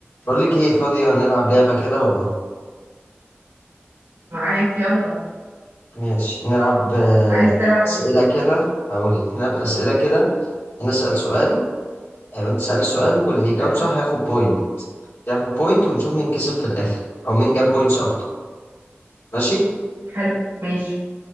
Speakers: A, on the left; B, on the right.
A: بقول لك ايه فاضية نلعب لعبة كده ولا
B: معاك يلا
A: ماشي نلعب آه،
B: عايز تلعب
A: أسئلة
B: ايه
A: كده هقول نلعب أسئلة كده أنا أسأل سؤال آه، وأنت تسأل سؤال واللي يجاوب
B: ايوه
A: صح ياخد بوينت ياخد بوينت ونشوف مين كسب في الآخر أو مين جاب بوينتس أكتر ماشي
B: حلو ماشي